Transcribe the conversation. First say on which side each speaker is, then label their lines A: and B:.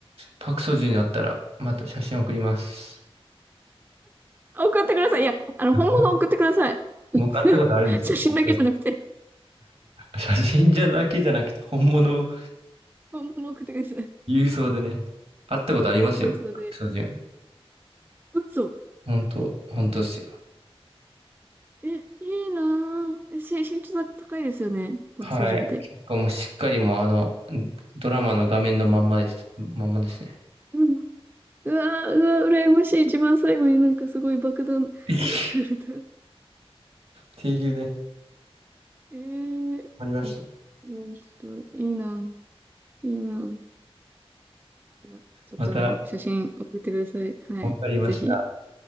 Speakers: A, on the right; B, on the right.
A: パクソジュにあったら、また写真送ります。
B: 送ってください。いや、あの、
A: <laughs>
B: 本物送ってください。<laughs>
A: 僕会ったことあるんですよ。
B: 写真だけじゃなくて、
A: <laughs> 写真じゃだけじゃなくて、本物を
B: 本物送ってください。
A: 郵送でね。会ったことありますよ、
B: 郵送で。
A: 僕、パクソジュン。
B: 嘘。
A: 本当、本当ですよ。
B: え、いいなぁ。え、し身長高いですよね。爆走順って。
A: はい。結構もうしっかりもうあの、ドラマの画面のまんまです。まんまですね。
B: うん。うわぁ、うわぁ、羨ましい。一番最後になんかすごい爆弾投げられた。
A: <laughs> っていうね。
B: えー、
A: わかりました。
B: あのちょっと、いいなぁ。いいなぁ。いやちょっとあの、
A: また、
B: 写真送ってください。はい。
A: わかりました。
B: ぜひ。